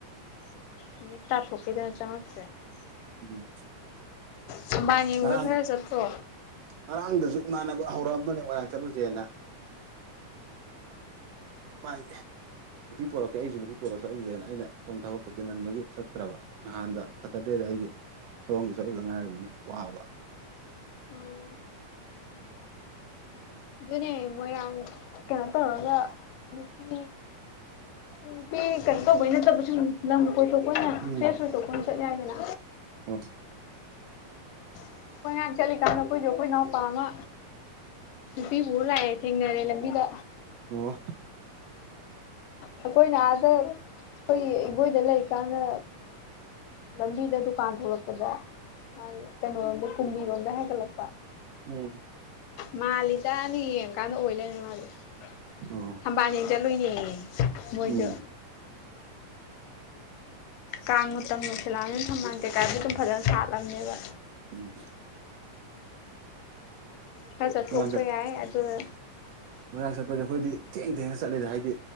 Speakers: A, on the left; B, on the right.
A: ꯅꯨꯃꯤꯠ ꯇꯥꯊꯣꯛꯈꯤꯗꯅ ꯆꯪꯉꯛꯇ꯭ꯔꯦ
B: ꯎꯝ
A: ꯊꯝꯕꯥꯜ ꯌꯦꯡꯕꯒ
B: ꯉꯔꯥꯡ
A: ꯈꯔ ꯆꯠꯇ꯭ꯔꯣ
B: ꯉꯔꯥꯡꯗꯁꯨ ꯏꯃꯥꯟꯅꯕ ꯍꯧꯔꯛꯑꯝ ꯃꯣꯏꯔꯥꯡ ꯆꯠꯂꯨꯁꯦꯅ ꯄꯥꯏꯗꯦ ꯅꯨꯄꯤ ꯄꯣꯔꯛꯀꯦ ꯑꯩꯁꯨ ꯅꯨꯄꯤ ꯄꯣꯔꯛꯑ ꯆꯠꯂꯨꯁꯦꯅ ꯑꯩꯅ ꯁꯣꯝ ꯊꯕꯛꯇꯣ ꯆꯤꯟꯃꯟꯕꯒꯤ ꯆꯠꯇ꯭ꯔꯕ ꯅꯍꯥꯟ ꯁꯇꯔꯗꯦꯗ ꯑꯩꯒꯤ ꯊꯕꯛ ꯑꯃꯒꯤ ꯆꯠꯂꯨꯗ ꯉꯥꯏꯔꯤꯝꯅꯤꯅ ꯋꯥꯕ
A: ꯎꯝ ꯑꯗꯨꯅꯦ ꯃꯣꯏꯔꯥꯡ ꯀꯩꯅꯣ ꯇꯧꯔꯒ ꯅꯨꯄꯤ ꯅꯨꯄꯤ ꯀꯩꯅꯣ ꯇꯧꯕꯅꯠꯇꯕ ꯁꯨꯝ ꯂꯝ ꯀꯣꯏꯊꯣꯛꯄ ꯑꯣꯏꯅ
B: ꯎꯝ
A: ꯐ꯭ꯔꯦꯁ ꯑꯣꯏꯊꯣꯛꯄ ꯑꯣꯏꯅ ꯆꯠ ꯌꯥꯏꯗꯅ
B: ꯍꯣꯏ
A: ꯑꯩꯈꯣꯏ ꯉꯍꯥꯡ ꯆꯠꯂꯤꯀꯥꯟꯗ ꯑꯩꯈꯣꯏꯁꯨ ꯑꯩꯈꯣꯏ ꯏꯅꯥꯎꯄꯥ ꯑꯃ ꯅꯨꯄꯤ ꯄꯨꯔ ꯂꯥꯛꯑꯦ ꯊꯦꯡꯅꯔꯦ ꯂꯝꯕꯤꯗ
B: ꯑꯣ
A: ꯑꯩꯈꯣꯏꯅ ꯑꯗ ꯑꯩꯈꯣꯏꯒꯤ ꯏꯕꯣꯏꯗ ꯂꯩꯀꯥꯟꯗ ꯂꯝꯕꯤꯗ ꯗꯨꯀꯥꯟ ꯊꯣꯛꯂꯛꯄꯗ ꯍꯥꯏꯗꯤ ꯀꯩꯅꯣꯔꯣꯝꯗ ꯀꯨꯝꯕꯤꯔꯣꯝꯗ ꯍꯥꯏꯒꯠꯂꯛꯄ
B: ꯎꯝ
A: ꯃꯥꯜꯂꯤꯗꯅ ꯌꯦꯡꯉꯨꯔꯀꯟꯗ ꯑꯣꯏ ꯂꯩꯔꯝꯃꯦ ꯃꯥꯅꯖꯨ
B: ꯑꯣ
A: ꯊꯝꯕꯥꯜ ꯌꯦꯡ ꯆꯠꯂꯨꯏꯅꯦꯌꯦ ꯃꯣꯏꯣꯗꯣ
B: ꯎꯝ
A: ꯀꯥꯡ ꯃꯇꯝ ꯌꯧꯁꯜꯂꯛꯑꯕꯅꯤꯅ ꯊꯝꯕꯥꯜ ꯀꯩꯀꯥꯖꯨ ꯑꯗꯨꯝ ꯐꯖꯅ ꯁꯥꯠꯂꯝꯅꯦꯕ
B: ꯎꯝ
A: ꯈꯔ ꯆꯠꯊꯣꯛꯄ
B: ꯃꯣꯏꯔꯥꯡ ꯆꯠ
A: ꯌꯥꯏ ꯑꯗꯨꯅ
B: ꯃꯣꯏꯔꯥꯡ ꯆꯠꯄꯁꯦ ꯑꯩꯈꯣꯏꯗꯤ ꯊꯦꯡ ꯊꯦꯡꯅ ꯆꯠꯂꯤꯗ ꯍꯥꯏꯗꯤ